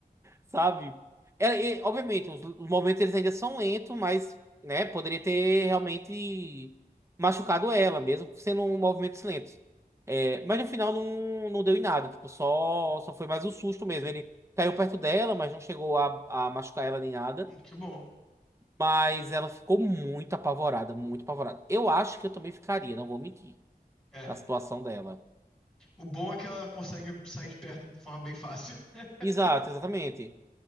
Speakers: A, on the right; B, in the centre.
A: sabe? É, é, obviamente, os, os movimentos eles ainda são lentos, mas, né, poderia ter realmente machucado ela, mesmo sendo um movimentos lentos. É, mas no final não, não deu em nada, tipo, só, só foi mais um susto mesmo. Ele caiu perto dela, mas não chegou a, a machucar ela nem nada.
B: Hum, que bom.
A: Mas ela ficou muito apavorada, muito apavorada. Eu acho que eu também ficaria, não vou mentir,
B: É.
A: na situação dela.
B: O bom é que ela consegue sair de perto de forma bem fácil. <laughs>
A: Exato, exatamente.